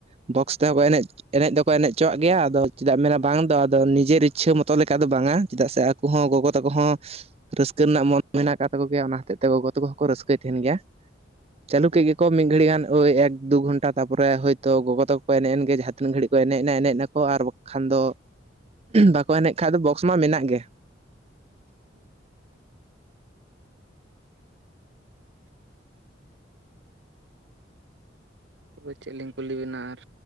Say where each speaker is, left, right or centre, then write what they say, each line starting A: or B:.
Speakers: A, on the right; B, on the right.
A: ᱵᱚᱠᱥ ᱛᱮᱦᱚᱸᱠᱚ ᱮᱱᱮᱡ ᱮᱱᱮᱡ ᱫᱚᱠᱚ ᱮᱱᱮᱡ ᱪᱚᱣᱟᱜ ᱜᱮᱭᱟ ᱟᱫᱚ ᱪᱮᱫᱟᱜ ᱢᱮᱱᱟ ᱵᱟᱝ ᱫᱚ ᱟᱫᱚ ᱱᱤᱡᱮᱨ ᱤᱪᱪᱷᱟᱹ ᱢᱚᱛᱚ ᱞᱮᱠᱟ ᱫᱚ ᱵᱟᱝᱼᱟ ᱪᱮᱫᱟᱜ ᱥᱮ ᱠᱚ ᱦᱚ ᱜᱚᱜᱚ ᱛᱟᱠᱚ ᱦᱚᱸ ᱨᱟᱹᱥᱠᱟᱹ ᱨᱮᱱᱟᱜ ᱢᱚᱱ ᱢᱮᱱᱟᱜ ᱠᱟᱫ ᱛᱟᱠᱚᱜᱮᱭᱟ ᱚᱱᱟ ᱦᱚᱛᱮᱡ ᱛᱮ ᱜᱚᱜᱚ ᱛᱟᱠᱚᱦᱚᱸ ᱠᱚ ᱨᱟᱹᱥᱠᱟᱹᱭ ᱛᱟᱦᱮᱱ ᱜᱮᱭᱟ ᱪᱟᱹᱞᱩ
B: ᱦᱩᱸ᱾
A: ᱠᱮᱫ ᱜᱮᱠᱚ᱾ ᱢᱤᱫ ᱜᱷᱟᱹᱲᱤ ᱜᱟᱱ ᱳᱭ ᱮᱠ ᱫᱩ ᱜᱷᱚᱱᱴᱟ ᱛᱟᱯᱚᱨᱮ ᱦᱚᱭᱛᱳ ᱜᱚᱜᱚ ᱛᱟᱠᱚ ᱮᱱᱮᱡ ᱮᱱ ᱜᱮ ᱡᱟᱦᱟᱸ ᱛᱤᱱᱟᱹᱜ ᱷᱟᱹᱲᱤᱡ ᱠᱚ ᱮᱱᱮᱡ ᱮᱱᱟ ᱮᱱᱮᱡ ᱱᱟᱠᱚ ᱟᱨ ᱠᱷᱟᱱ ᱫᱚ ᱵᱟᱠᱚ ᱮᱱᱮᱡ ᱠᱷᱟᱡ ᱫᱚ ᱵᱚᱠᱥ ᱢᱟ ᱢᱮᱱᱟᱜ ᱜᱮ᱾
B: ᱦᱩᱸ᱾ ᱛᱚᱵᱮ ᱪᱮᱫ ᱞᱤᱧ ᱠᱩᱞᱤ ᱵᱤᱱᱟ ᱟᱨ